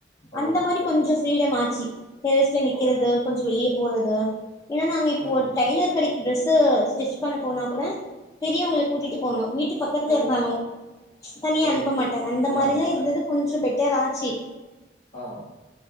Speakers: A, on the left; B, on the left.
A: ஓ
B: அந்த
A: ஓகே
B: மாதிரி கொஞ்சோ
A: ஓகே
B: ஃப்ரீடம் ஆச்சு டெரஸ்ல நிக்குறது
A: ஓ
B: கொஞ்சோ வெளிய போறது ஏன்னா நாங்க இப்போ
A: ம்
B: ஒரு டெய்லர் கடைக்கு டிரெஸ் ஸ்டிச் பண்ண போனா கூட பெரியவங்கள கூட்டிட்டு போங்க வீட் டு பக்கத்துல
A: ஓ
B: இருந்தாலும் தனியா
A: ஓகே
B: அனுப்ப
A: ஓகே
B: மாட்டாங்க அந்த
A: தனியா
B: மாரில்லாம்
A: அலோ மாட்டாங்க
B: இருந்தது கொஞ்சோம் பெட்டராச்சி
A: ஆ